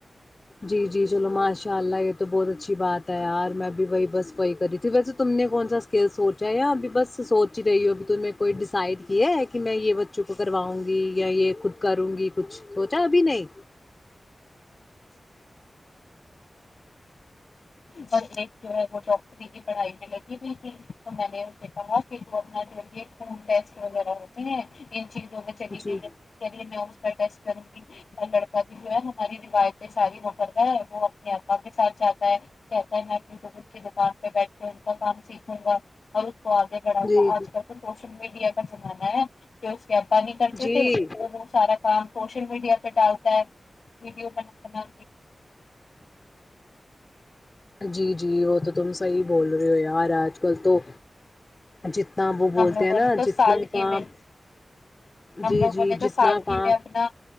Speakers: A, on the left; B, on the left.
A: جی جی چلو ماشاء اللہ یہ تو بہت اچھی بات ہے یار میں اب بھی وہی بس وہی کر رہی تھی ویسے تم نے کون سا اسکل سوچا ہے ابھی بس سوچ ہی رہی ہوں ابھی ت کوئی ڈیسائڈ کیا ہے کہ میں یہ بچوں کو کرواؤں گی یا یہ خود کروں گی کچھ سوچا ابھی نہیں
B: اور ایک جو ہے وہ ڈاکٹری کی پڑھائی میں لگی <unintelligible> جی ج تو میں نے اسے کہا کہ جو اپنا جوے ہ پسٹ وغیرہ ہوتی ہیں یوگ چی
A: جی
B: چ میں س بھی جو ہے ہماری رویتیں ساری ہو کرتا ہے وہ اپنی اا کے ساتھ جاتا ہے کہتا ہے میں اپنی دکود کی دکان پہ بیٹھ کے ان کا کام سیکھوں گا اور تو آگے بڑا
A: جی
B: سا آج کل تو سوشل میڈیا کا زمانہ ہے یس کیاپانی
A: جی
B: کرتے تھے
A: جی
B: وہ وہ سارا کام کوش میڈیا پ ڈال ویڈیو بنا
A: جی جی وہ تو تم صی بول رہے ہو یار آج کل تو جتنا وہ بولتے
B: ہم لوگوں
A: ہیں
B: نے
A: نا
B: تو
A: جتنا
B: سادگی
A: کام
B: میں ہم
A: جی
B: لوگوں
A: جی
B: نے تو
A: جتنا
B: سادگی
A: کام
B: میں اپنا